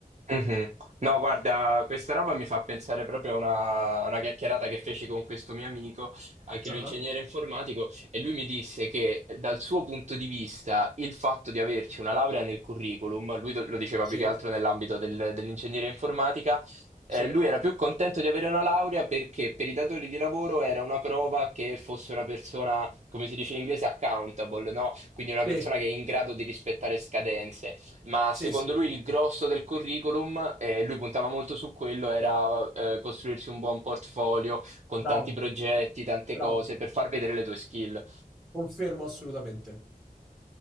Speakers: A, on the right (about 50°); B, in the centre.
A: Mhm. No, guarda, questa roba mi fa pensare proprio a una, a una chiacchierata che feci con questo mio amico, anche
B: Ah,
A: lui ingegnere informatico, e lui mi disse che dal suo punto di vista il fatto di averci una laurea nel curriculum, lui do- lo diceva
B: Sì.
A: più che altro nell'ambito del- dell'ingegneria informatica, eh,
B: Sì,
A: lui era più contento di avere una laurea perché per i datori di lavoro era una prova che fosse una persona, come si dice in inglese, accountable, no? Quindi una
B: sì,
A: persona che è in grado di rispettare scadenze. Ma
B: sì,
A: secondo
B: sì,
A: lui
B: sì,
A: il
B: sì.
A: grosso del curriculum, e lui puntava molto su quello, era eh, costruirsi un buon portfolio con
B: Bravo,
A: tanti progetti, tante
B: bravo.
A: cose per far vedere le tue skill.
B: Confermo assolutamente.